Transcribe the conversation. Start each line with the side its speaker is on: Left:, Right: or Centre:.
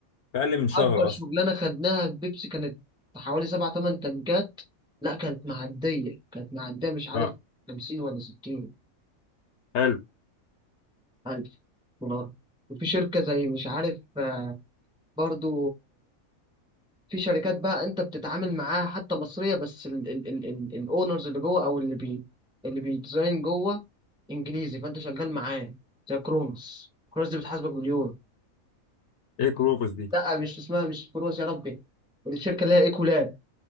Left: في اقل من شهر
Centre: اكبر شغلانه
Left: اصلا
Centre: خدناها في بيبسي كانت حوالي سبع تمن تنكات لا كانت معديه كانت معديه مش عارف
Left: اه
Centre: 50 ولا 60
Left: حلو
Centre: الف دولار وفي شركه زي مش عارف آه، برضو في شركات بقى انت بتتعامل معاها حتى مصريه بس الاونرز اللي جوه او اللي بي اللي بيديزاين جوه انجليزي فانت شغال معاه زي كرونوس كرونوس دي بتحاسبك باليورو
Left: ايه كروفوس دي
Centre: لا مش اسمها مش كرونوس يا ربي الشركه اللي هي ايكولاب